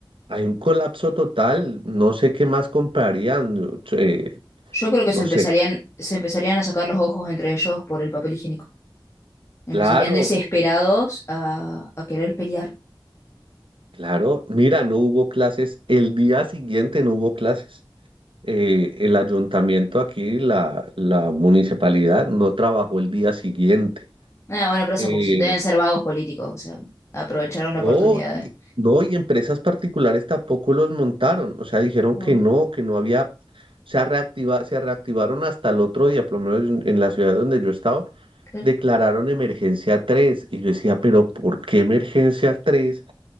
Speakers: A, on the right; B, on the left.
A: hay un colapso total, no sé qué más comprarían, no eh,
B: Yo creo que se
A: no
B: empezarían,
A: sé,
B: se empezarían a sacar los ojos entre ellos por el papel higiénico. Empezarían
A: claro,
B: desesperados a, a querer pelear.
A: claro, mira, no hubo clases, el día siguiente no hubo clases. eh, el ayuntamiento aquí, la, la municipalidad, no trabajó el día siguiente.
B: Ah, bueno, pero
A: Eh,
B: eso porque deben ser vagos políticos. O sea, aprovecharon la
A: no,
B: oportunidad de-
A: y- no, y empresas particulares tampoco los montaron. O sea, dijeron
B: Wow,
A: que no, que no había, se, ha reactiva- se reactivaron hasta el otro día, por lo menos en, en la ciudad donde yo estaba,
B: claro.
A: declararon emergencia tres Y yo decía, pero ¿por qué emergencia 3